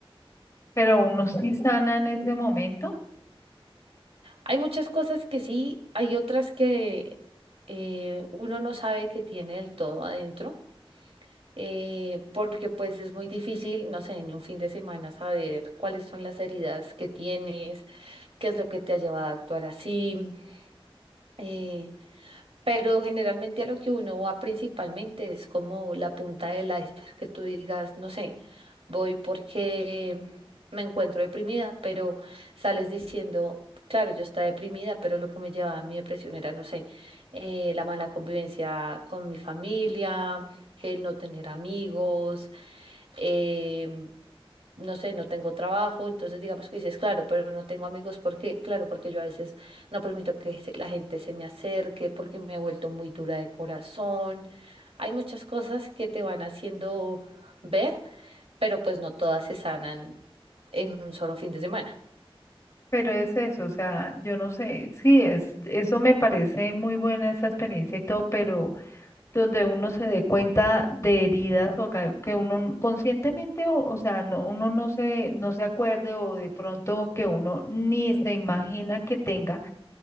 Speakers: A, on the left; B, on the right.
A: Pero uno sí sana en ese momento.
B: Hay muchas cosas que sí, hay otras que eh, uno no sabe que tiene del todo adentro. eh, porque pues es muy difícil, no sé, en un fin de semana saber cuáles son las heridas que tienes, qué es lo que te ha llevado a actuar así. eh, pero generalmente a lo que uno va principalmente es como la punta del iceberg, que tú digas, no sé, voy porque me encuentro deprimida, pero sales diciendo, claro, yo estaba deprimida, pero lo que me llevaba a mi depresión era, no sé, eh, la mala convivencia con mi familia, el no tener amigos, eh, no sé, no tengo trabajo, entonces digamos que dices, claro, pero no tengo amigos, ¿por qué? Claro, porque yo a veces no permito que se- la gente se me acerque, porque me he vuelto muy dura de corazón. Hay muchas cosas que te van haciendo ver, pero pues no todas se sanan en un solo fin de semana.
A: Pero es eso, o sea, yo no sé, sí, es, eso me parece muy buena esa experiencia y todo, pero donde uno se dé cuenta de heridas o ca- que uno conscientemente, o, o sea, no, uno no se, no se acuerde o de pronto que uno ni se imagina que tenga,